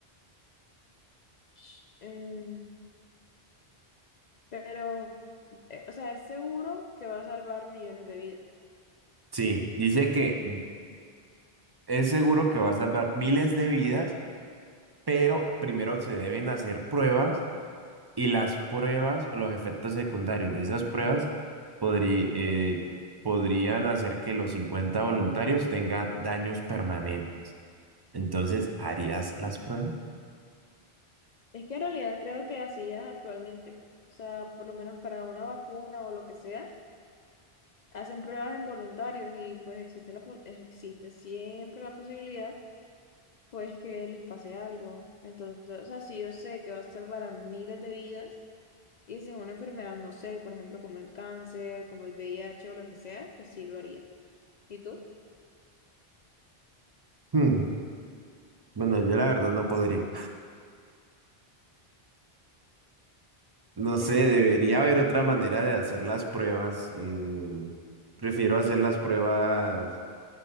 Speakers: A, on the left; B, on the right.
A: Sh- Em, pero, eh, o sea, es seguro que va a salvar millones de vidas.
B: Sí, dice que es seguro que va a salvar miles de vidas, pero primero se deben hacer pruebas Y las pruebas o los efectos secundarios de esas pruebas podrí- eh, podrían hacer que los 50 voluntarios tengan daños permanentes. Entonces, ¿harías las pruebas?
A: Es que en realidad creo que así es actualmente. O sea, por lo menos para una vacuna o lo que sea, hacen pruebas en voluntarios y pues existe la, po- existe siempre la posibilidad o es que les pase algo. Entonces, o sea, si yo sé que va a salvar a miles de vidas y si es una enfermedad, no sé, por ejemplo, como el cáncer, como el VIH o lo que sea, pues sí lo haría. ¿Y tú?
B: Hmm, Bueno, yo la verdad no podría. No
A: Qué
B: sé, debería haber otra manera de hacer las pruebas. eh, prefiero hacer las pruebas,